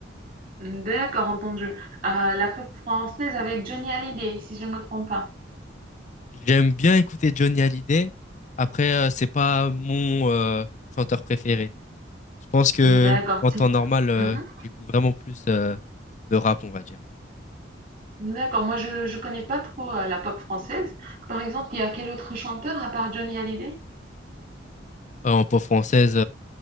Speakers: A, on the right; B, on the left.
A: D'accord, entendu. Euh, la pop française avec Johnny Hallyday, si je ne me trompe pas.
B: J'aime bien écouter Johnny Hallyday. Après, euh, c'est pas mon euh, chanteur préféré. Je pense que
A: Mhm. D'accord,
B: en
A: si.
B: temps normal, euh,
A: Mhm.
B: j'écoute vraiment plus euh, de rap, on va dire.
A: D'accord, moi je je connais pas trop euh, la pop française. Par exemple, il y a quel autre chanteur à part Johnny Hallyday?
B: Euh, en pop française,